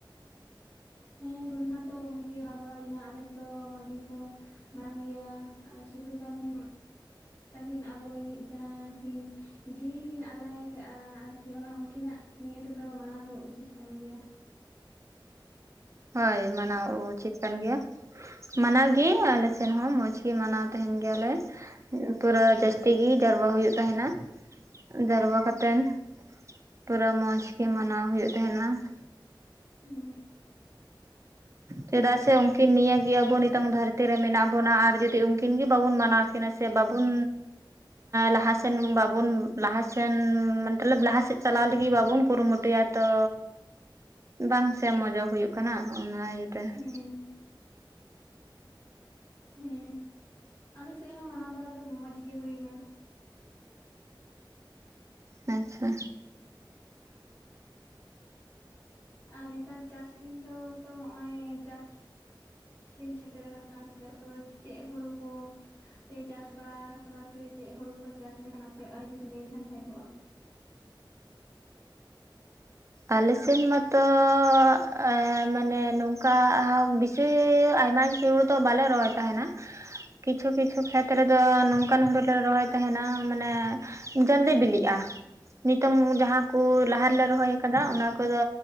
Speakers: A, on the left; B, on the right.
A: ᱦᱮᱸ ᱦᱩᱞᱢᱟᱦᱟ ᱫᱚ ᱢᱚᱸᱡᱽ ᱜᱮ ᱮᱢᱟ ᱵᱟᱲᱟ ᱦᱩᱭᱱᱟ ᱟᱞᱮ ᱥᱮᱫ ᱫᱚ ᱢᱚᱸᱡᱽ ᱜᱮᱠᱚ ᱢᱟᱱᱟᱣ ᱜᱮᱭᱟ ᱥᱤᱫᱩ ᱠᱟᱱᱦᱩ ᱛᱟᱹᱠᱤᱱ ᱟᱵᱚ ᱞᱟᱹᱜᱤᱫ ᱡᱟᱦᱟᱸ ᱠᱤᱱ ᱡᱤᱣᱤ ᱠᱤᱱ ᱟᱞᱟᱭ ᱟᱠᱟᱜᱼᱟ ᱟᱨ ᱠᱤ ᱚᱱᱟ ᱩᱱᱠᱤᱱᱟᱜ ᱱᱤᱭᱟᱹ ᱛᱮᱫᱚ ᱢᱟᱱᱟᱣ ᱫᱚ ᱩᱪᱤᱛ ᱠᱟᱱ ᱜᱮᱭᱟ ᱾
B: ᱦᱳᱭ ᱢᱟᱱᱟᱣ ᱩᱪᱤᱛ ᱠᱟᱱ ᱜᱮᱭᱟ ᱾ ᱢᱟᱱᱟᱣ ᱜᱮ ᱟᱞᱮ ᱥᱮᱫ ᱦᱚᱸ ᱢᱚᱸᱡ ᱜᱮ ᱢᱟᱱᱟᱣ ᱛᱟᱦᱮᱱ ᱜᱮᱭᱟᱞᱮ ᱯᱩᱨᱟᱹ ᱡᱟᱹᱥᱛᱤ ᱛᱮᱜᱮ ᱡᱟᱨᱣᱟ ᱦᱩᱭᱩᱜ ᱛᱟᱦᱮᱱᱟ ᱡᱟᱨᱣᱟ ᱠᱟᱛᱮᱱ ᱯᱩᱨᱟᱹ ᱢᱚᱸᱪᱜᱤ ᱢᱟᱱᱟᱣ ᱦᱩᱭᱩᱜ ᱛᱟᱦᱮᱸᱱᱟ ᱾
A: ᱦᱩᱸ᱾
B: ᱪᱮᱫᱟᱜ ᱥᱮ ᱩᱱᱠᱤᱱ ᱱᱤᱭᱟᱹ ᱜᱮ ᱟᱵᱚ ᱱᱤᱛᱚᱝ ᱫᱷᱟᱹᱨᱛᱤ ᱨᱮ ᱢᱮᱱᱟᱜ ᱵᱚᱱᱟ ᱟᱨ ᱡᱩᱫᱤ ᱩᱱᱠᱤᱱ ᱜᱮ ᱵᱟᱵᱚᱱ ᱢᱟᱱᱟᱣ ᱠᱤᱱᱟ ᱥᱮ ᱵᱟᱵᱩᱱ ᱞᱟᱦᱟᱥᱮᱱ ᱵᱟᱵᱚᱱ ᱞᱟᱦᱟᱥᱮᱱ ᱢᱟᱹᱛᱞᱟᱹᱵ ᱞᱟᱦᱟᱥᱮᱫ ᱪᱟᱞᱟᱣ ᱞᱟᱹᱜᱤᱫ ᱵᱟᱵᱚᱱ ᱠᱩᱨᱩᱢᱩᱴᱩᱭᱟ ᱛᱚ ᱵᱟᱝ ᱥᱮ ᱢᱚᱡᱚᱜ ᱦᱩᱭᱩᱜ ᱠᱟᱱᱟ ᱚᱱᱟ ᱤᱭᱟᱹ ᱛᱮ ᱾
A: ᱦᱮᱸ ᱦᱮᱸ ᱟᱞᱮ ᱥᱮᱫ ᱦᱚᱸ ᱢᱟᱱᱟᱣ ᱵᱟᱲᱟ ᱫᱚ ᱢᱚᱸᱡᱽ ᱜᱮ ᱦᱩᱭᱱᱟ ᱾
B: ᱟᱪᱪᱷᱟ᱾
A: ᱟᱨ ᱱᱮᱛᱟᱨ ᱪᱟᱥ ᱫᱤᱱ ᱫᱚ ᱛᱚ ᱱᱚᱜ-ᱚᱭ ᱪᱟᱥ ᱫᱤᱱ ᱥᱮᱴᱮᱨ ᱟᱠᱟᱱᱟ ᱟᱨ ᱱᱮᱛᱟᱨ ᱫᱚ ᱪᱮᱫ ᱦᱩᱲᱩ ᱠᱚ ᱯᱮ ᱪᱟᱥ ᱵᱟᱲᱟ ᱟᱠᱟᱫᱟ ᱥᱮ ᱪᱮᱫ ᱦᱩᱲᱩ ᱯᱮ ᱪᱟᱥ ᱞᱮᱠᱷᱟᱱ ᱟᱯᱮ <unintelligible> ᱞᱟᱹᱭᱞᱮᱠᱷᱟᱱ ᱵᱷᱟᱜᱮ ᱠᱚᱜ-ᱟ ᱾
B: ᱟᱞᱮ ᱥᱮᱱ ᱢᱟᱛᱚᱻ ᱟ ᱢᱟᱱᱮ ᱱᱚᱝᱠᱟ ᱟ ᱵᱤ ᱥᱤ ᱟᱭᱢᱟ ᱦᱩᱲᱩ ᱫᱚ ᱵᱟᱞᱮ ᱨᱚᱦᱚᱭ ᱛᱟᱦᱮᱱᱟ᱾ ᱠᱤᱪᱷᱩ
A: ᱚ
B: ᱠᱤᱪᱷᱩ ᱠᱷᱮᱛ ᱠᱷᱮᱛ ᱨᱮᱫᱚ ᱱᱚᱝᱠᱟᱱ ᱦᱩᱲᱩ ᱞᱮ ᱨᱚᱦᱚᱭ ᱛᱟᱦᱮᱱᱟ ᱢᱟᱱᱮ ᱡᱚᱞᱫᱤ ᱵᱤᱞᱤᱜ-ᱟ᱾ ᱱᱤᱛᱚᱝ ᱡᱟᱦᱟᱸ ᱠᱚ ᱞᱟᱦᱟ ᱨᱮᱞᱮ ᱨᱚᱦᱚᱭ ᱟᱠᱟᱫᱟ ᱚᱱᱟ ᱠᱚᱫᱚ